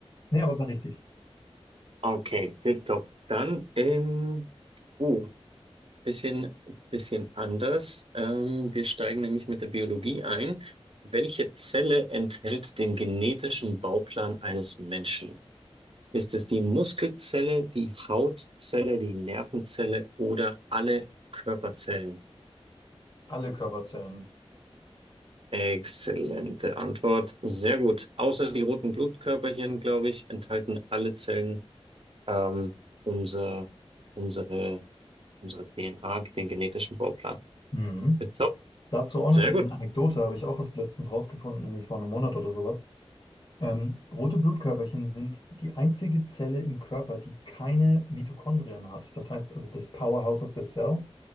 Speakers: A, on the left (about 45°); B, on the right (about 60°).
A: Nee, aber war richtig.
B: Okay, tipptopp. Dann, ähm, uh, bisschen, bisschen anders. Ähm, wir steigen nämlich mit der Biologie ein. Welche Zelle enthält den genetischen Bauplan eines Menschen? Ist es die Muskelzelle, die Hautzelle, die Nervenzelle oder alle Körperzellen?
A: Alle Körperzellen.
B: Exzellente Antwort. Sehr gut. Außer die roten Blutkörperchen, glaube ich, enthalten alle Zellen ähm, unser, unsere, unsere DNA, den genetischen Bauplan.
A: Mhm.
B: Äh, Top.
A: Dazu auch
B: Sehr
A: eine kleine
B: gut.
A: Anekdote, habe ich auch erst letztens rausgefunden, irgendwie vor einem Monat oder sowas. Ähm, rote Blutkörperchen sind die einzige Zelle im Körper, die keine Mitochondrien hat. Das heißt also das Powerhouse of the Cell,